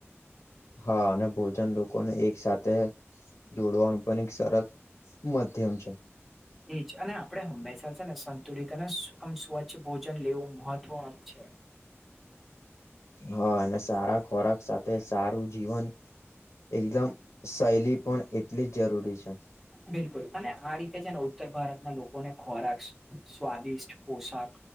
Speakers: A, on the left; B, in the centre.
A: હા ને ભોજન લોકોને એક સાથે જોડવાનું પણ એક સરસ મધ્યમ છે.
B: એજ અને આપડે હમેશા છે ને સંતુલિત અને સ્વચ્છ ભોજન લેવુ મહત્વમ છે
A: હા અને સારા ખોરાક સાથે સારું જીવન એકદમ શૈલી પણ એટલી જ જરૂરી છે,
B: બિલકુલ અને આ રીતે છે, ને ઉત્તર ભારતના લોકોને ખોરાક સ્વાદિષ્ટ પોશાક